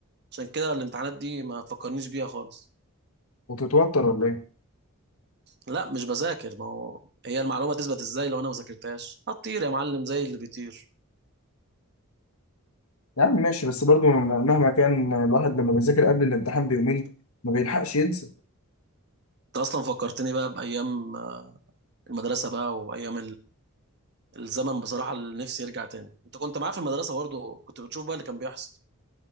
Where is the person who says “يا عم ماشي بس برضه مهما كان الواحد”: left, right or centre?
Left